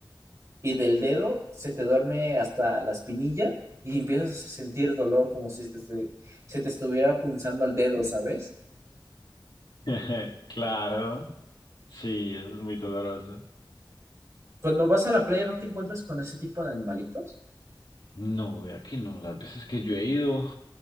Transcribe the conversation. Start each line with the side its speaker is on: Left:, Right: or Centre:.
Right: y del dedo se te duerme hasta la espinilla y empiezas a sentir dolor como si te- se, se te estuviera punzando el dedo, ¿sabes?
Left: <laughs> Claro. Sí, eso es muy doloroso.
Right: Cuando vas a la playa no te encuentras con ese tipo de animalitos.
Left: No, vea que no. Las veces que yo he ido,